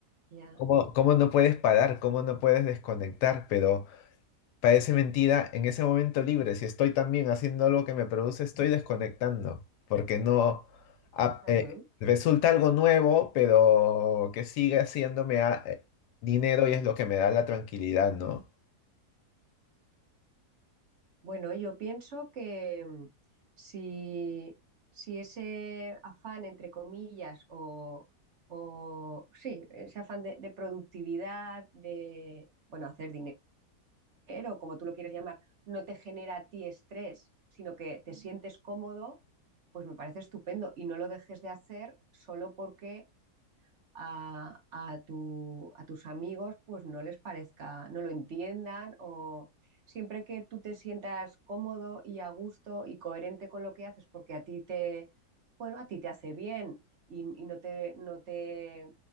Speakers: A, on the right (about 55°); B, on the left (about 85°).
A: ya.
B: cómo, cómo no puedes parar, cómo no puedes desconectar, pero... Parece mentira, en ese momento libre, si estoy también haciendo algo que me produce, estoy desconectando, porque no ah,
A: Ujú.
B: eh, resulta algo nuevo, pero que sigue haciéndome ah, eh, dinero y es lo que me da la tranquilidad, ¿no?
A: Bueno, yo pienso que mm, si, si ese afán, entre comillas, o, o sí, ese afán de, de productividad, de, bueno, hacer dinero, como tú lo quieres llamar, no te genera a ti estrés, sino que te sientes cómodo, pues me parece estupendo y no lo dejes de hacer solo porque a, a tu, a tus amigos, pues no les parezca, no lo entiendan o siempre que tú te sientas cómodo y a gusto y coherente con lo que haces, porque a ti te, bueno, a ti te hace bien y, y no te, no te